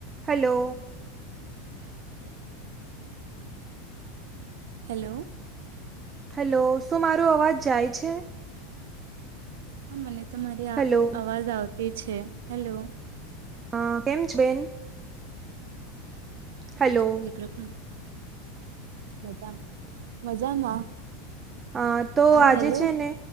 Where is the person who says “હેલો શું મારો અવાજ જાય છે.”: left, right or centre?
Right